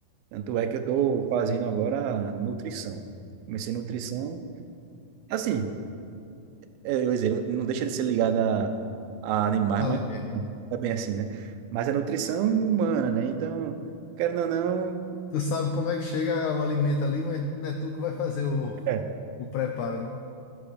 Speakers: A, on the right (about 80°); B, on the left (about 85°).
A: Tanto é que eu tô fazendo agora nutrição. Comecei nutrição, assim, é, eu ia dizer, não deixa de ser ligada a, a animais,
B: Alimento.
A: mas
B: né?
A: é bem assim, né? Mas é nutrição humana, né? Então, querendo ou não,
B: Tu sabe como é que chega o alimento ali, mas não é tu que vai fazer o,
A: é,
B: o preparo, né?